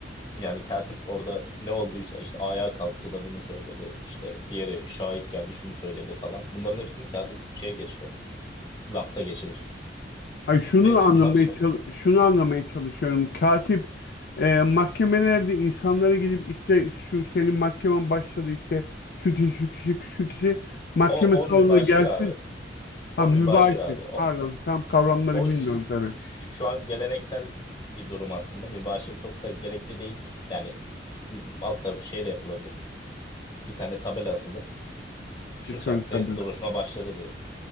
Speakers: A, on the left; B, on the left.
A: Yani katip orada ne olduysa işte ayağa kalktı da bunu söyledi. İşte diğeri şahit geldi şunu söyledi falan. Bunların hepsini katip şey geçirir. Zapta geçirir.
B: Ay şunu
A: Ve
B: anlamaya
A: bunlar so-
B: çal- şunu anlamaya çalışıyorum. Katip e, mahkemelerde insanlara gidip işte şu senin mahkemen başladı işte şu kişi şu kişi şu kişi mahkeme
A: o, o mübaşir
B: salonuna gelsin.
A: abi.
B: Ha
A: O
B: mübaşir.
A: mübaşir abi. O,
B: Pardon tam kavramları
A: O
B: bilmiyorum
A: ş-
B: tabii.
A: şu an geleneksel bir durum aslında. Mübaşir çok da gerekli değil. Yani m- alt tarafı şeyle yapılabilir. Bir tane tabela asılır. Şu
B: Elektronik
A: saatte
B: tabela.
A: duruşma başladı diye.